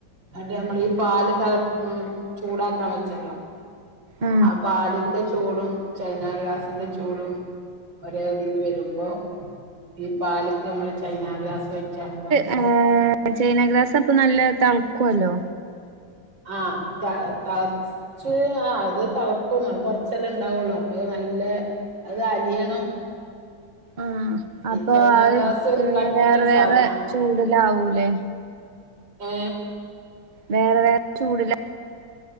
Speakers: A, on the right; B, on the right.
A: അഹ് നമ്മള ഈ പാല് ത ചൂടാക്കാൻ വെച്ചല്ലോ
B: ആ
A: ആഹ് പാലിന്റെ ചൂടും ചൈന ഗ്രാസിന്റെ ചൂടും ഒരേരയില് വരുമ്പോ ഈ പാലക്ക് നമ്മള് ചൈന ഗ്രാസ് ഒയിക്കാന്ള്ളതാണ്
B: ഏ ചൈന ഗ്രാസ് അപ്പൊ നല്ല തിളക്കുവല്ലോ
A: ആഹ് തിള <unintelligible> ആഹ് അത് തിളക്കും കുറച്ചല്ലാം ഉണ്ടാവുള്ളു അപ്പൊ അതു നല്ല അത് അലിയണം
B: ആഹ്
A: ഈ
B: അപ്പൊ
A: ചൈനാ
B: അത്
A: ഗ്രാസ് ഒരു കട്ടിള്ള
B: വേറെ
A: ഒരു
B: വേറെ
A: സാധന
B: ചൂടില് ആവൂല്ലേ
A: ഏ
B: വേറെ വേറെ ചൂടിലെ